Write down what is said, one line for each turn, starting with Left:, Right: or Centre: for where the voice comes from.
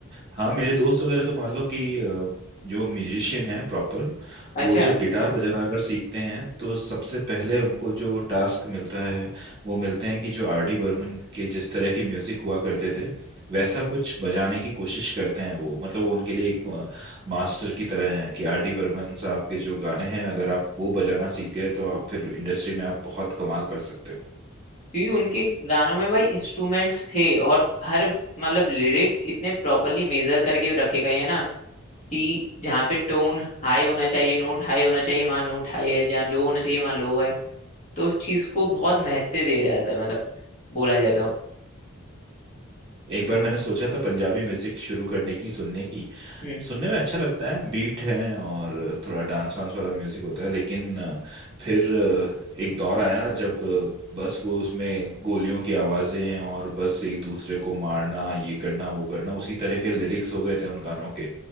Right: हाँ मेरे दोस्त वगैरह तो मान लो कि अ, जो म्यूजिशियन है प्रॉपर
Left: अच्छा
Right: वो जब गिटार बजाना अगर सीखते हैं तो सबसे पहले उनको जो टास्क मिलता है वो मिलते हैं कि जो आर डी बर्मन के जिस तरह की म्यूजिक हुआ करते थे वैसा कुछ बजाने की कोशिश करते हैं वो मतलब वो उनके लिए एक मास्टर की तरह हैं कि आर डी बर्मन साहब के जो गाने हैं अगर आप वो बजाना सीख गए तो आप फिर इंडस्ट्री में आप बहुत कमाल कर सकते हो
Left: क्योंकि उनके गानों में भाई इंस्ट्रूमेंट्स थे और हर मतलब लिरिक इतने प्रॉपरली मेजर करके रखे गए हैं ना कि जहाँ पे टोन हाई होना चाहिए नोट हाई होना चाहिए वहाँ नोट हाई है जहाँ लो होना चाहिए वहाँ लो है तो उस चीज को बहुत महत्व दिया जाता है मतलब बोला जाता है
Right: एक बार मैंने सोचा था पंजाबी म्यूजिक शुरू करने की सुनने की
Left: हम्म
Right: सुनने में अच्छा लगता है बीट है और थोड़ा डांस वांस वाला म्यूजिक होता है लेकिन अ, फिर अ, एक दौर आया जब अ, बस वो उसमें गोलियों की आवाजें और बस एक दूसरे को मारना ये करना वो करना उसी तरह के लिरिक्स हो गए थे उन गानों के